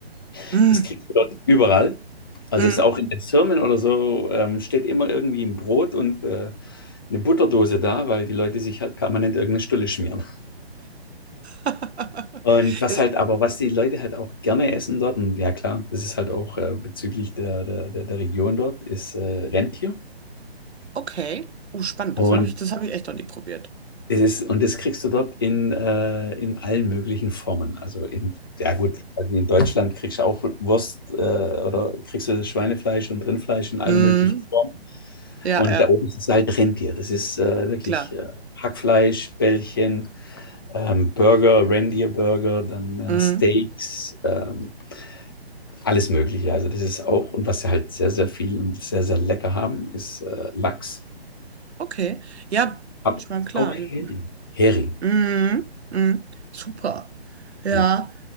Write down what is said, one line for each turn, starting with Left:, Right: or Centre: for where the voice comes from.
Left: <laughs>
Right: Mhm.
Left: das kriegst du dort überall. Also
Right: Mhm.
Left: das ist auch in den Firmen oder so, ähm, steht immer irgendwie ein Brot und äh, eine Butterdose da, weil die Leute sich halt permanent irgendeine Stulle schmieren.
Right: <laughs>
Left: Und was
Right: Ist
Left: halt aber, was die Leute halt auch gerne essen dort, und ja klar, das ist halt auch äh, bezüglich der, der, der der Region dort, ist äh, Rentier.
Right: okay. Oh, spannend.
Left: Und
Right: Das habe ich, das habe ich echt noch nie probiert.
Left: es ist, und das kriegst du dort in, äh, in allen möglichen Formen. Also in, ja gut, also in Deutschland kriegst du auch Wurst äh, oder kriegst du Schweinefleisch und Rindfleisch
Right: <laughs>
Left: in allen
Right: Mhm.
Left: möglichen Formen.
Right: Ja,
Left: Und
Right: ja,
Left: da oben ist es halt Rentier. Das ist äh, wirklich
Right: klar.
Left: äh, Hackfleisch, Bällchen, ähm, Burger, Rentierburger, dann äh,
Right: Mhm.
Left: Steaks. Ähm, Alles Mögliche. Also das ist auch, und was sie halt sehr, sehr viel und sehr, sehr lecker haben, ist äh, Lachs.
Right: Okay. Ja,
Left: Aber
Right: ich meine, klar.
Left: auch
Right: Die,
Left: Hering. Hering,
Right: mhm, mhm, super. Ja.
Left: ja.